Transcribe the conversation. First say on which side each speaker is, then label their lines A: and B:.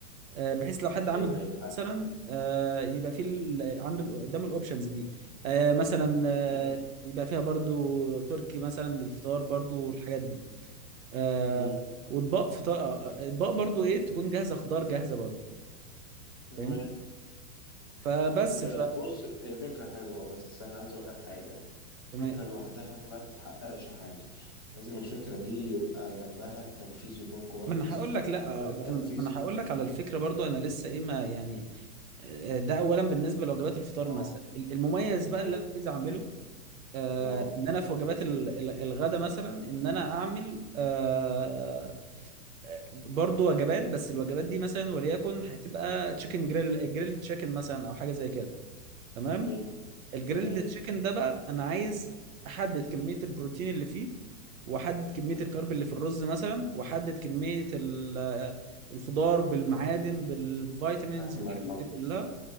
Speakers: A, on the right; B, on the left.
A: آه، بحيث لو حد عامل
B: أيوه أيوه فاهم
A: مثلا آه، يبقى في ال- عنده ال- قدام الاوبشنز دي آه، مثلا آه،
B: مم.
A: يبقى فيها برضو تركي مثلا للفطار برضو والحاجات دي آه،
B: مم.
A: واطباق فطار آه، آه، اطباق برضو ايه تكون جاهزة خضار جاهزة برضو
B: تمام
A: فاهمني فبس
B: هي
A: ف
B: بص هي فكرة حلوة بس أنا عايز أقول لك حاجة الفكرة
A: تمام.
B: لوحدها ما بتحققش حاجة لازم الفكرة دي يبقى جنبها التنفيذ يكون كويس
A: ما انا هقول لك لا
B: وغير
A: ما
B: التنفيذ
A: انا هقول لك على الفكره برضو انا لسه ايه ما يعني آه، ده اولا بالنسبه لوجبات الفطار
B: اه
A: مثلا ال- المميز بقى
B: أيوه
A: اللي انا عايز اعمله آه
B: اه
A: ان انا في وجبات ال- ال- الغدا مثلا ان انا اعمل آه آه، برضو وجبات بس الوجبات دي مثلا وليكن هتبقى تشيكن جريل جريل تشيكن مثلا او حاجه زي كده تمام
B: أيوه
A: الجريلد
B: أيوه
A: تشيكن ده بقى انا عايز احدد كميه البروتين اللي فيه واحدد كميه
B: أيوه
A: الكارب اللي في الرز مثلا واحدد كميه ال- الخضار بالمعادن بالفيتامينز
B: فاهمك
A: بالحاجات
B: اه
A: دي كلها